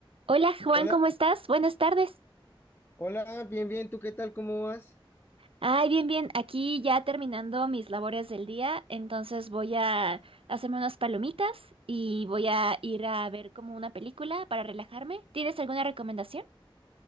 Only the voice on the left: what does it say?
Hola,
hola, bien, bien, ¿tú qué tal? ¿Cómo vas?